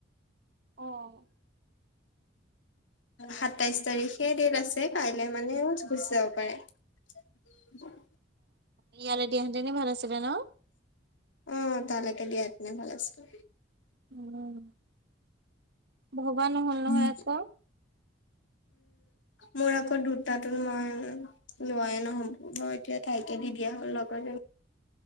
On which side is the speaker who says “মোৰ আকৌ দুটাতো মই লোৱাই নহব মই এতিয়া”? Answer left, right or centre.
Left